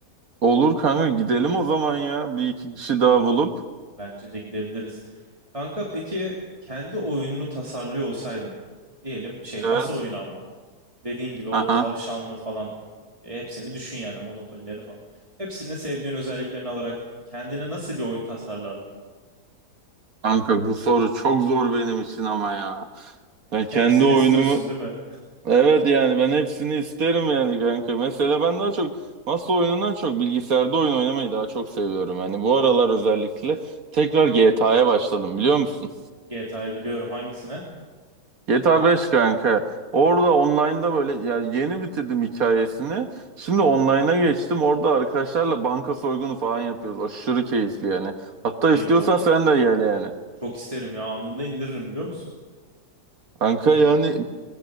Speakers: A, on the right; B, on the right.
A: Olur kanka gidelim o zaman ya. Bir iki kişi daha bulup.
B: Bence de gidebiliriz. Kanka peki kendi oyununu tasarlıyor olsaydın diyelim şey masa
A: Evet.
B: oyunu ama dediğin gibi o
A: Aha.
B: tavşanlı falan e, hepsini düşün yani Monopoly'leri falan. Hepsini sevdiğin özelliklerini alarak kendine nasıl bir oyun tasarlardın?
A: Kanka bu soru çok zor benim için ama ya. Ben kendi
B: Hepsini
A: oyunumu
B: istiyorsun değil mi?
A: Evet yani ben hepsini isterim yani kanka. Mesela ben daha çok masa oyunundan çok bilgisayarda oyun oynamayı daha çok seviyorum. Yani bu aralar özellikle tekrar GTA'ya başladım biliyor musun?
B: GTA'yı biliyorum hangisine?
A: GTA 5 kanka. Orada online'da böyle ya yeni bitirdim hikayesini. Şimdi online'a geçtim. Orada arkadaşlarla banka soygunu falan yapıyoruz. Aşırı
B: Oo,
A: keyifli yani.
B: çok
A: Hatta
B: keyifli
A: istiyorsan
B: olur.
A: sen de gel yani.
B: Çok isterim ya anında indiririm biliyor musun?
A: Kanka yani